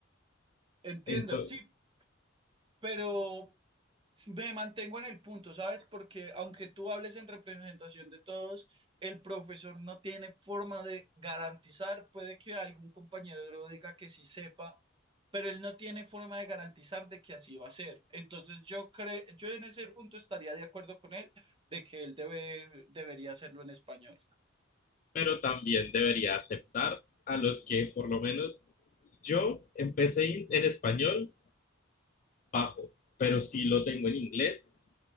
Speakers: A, on the right; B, on the left.
A: entiendo,
B: Ento-
A: sí, pero me mantengo en el punto, ¿sabes? Porque aunque tú hables en representación de todos, el profesor no tiene forma de garantizar, puede que algún compañero diga que sí sepa, pero él no tiene forma de garantizar de que así va a ser. Entonces yo creo, yo en ese punto estaría de acuerdo con él de que él debe, debería hacerlo en español.
B: pero también debería aceptar a los que por lo menos yo empecé in- en español bajo, pero sí lo tengo en inglés